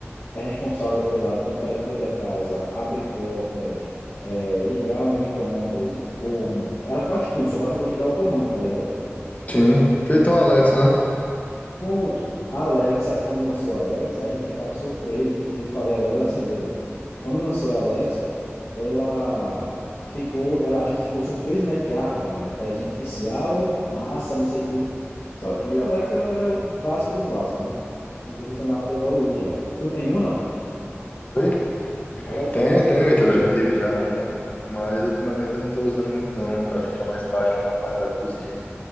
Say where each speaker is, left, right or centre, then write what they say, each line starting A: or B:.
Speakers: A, on the left; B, on the left.
A: é responsável pela temperatura da casa, abre portas, é, ligar um micro-ondas, um forno. Ela faz tudo, só basta você dar o comando, tá ligado?
B: Sim. Feito uma Alexa, né?
A: Pronto, a Alexa, quando lançou a Alexa, a gente ficava surpreso, inclusive eu falei agora, ela acendeu ali. Quando lançou a Alexa, ela ficou, ela, a gente ficou surpreso, né? Porque, ah, caramba, inteligência artificial, massa, não sei o quê. Só que a Alexa é o básico do básico, né? Inclusive está na hora de evoluir já. Tu tem um, não?
B: Oi?
A: Alexa,
B: Tenho, tenho, então eu já tive já uma, mas ultimamente eu não tô usando muito, não. Ela fica mais embaixo, lá na parte da cozinha.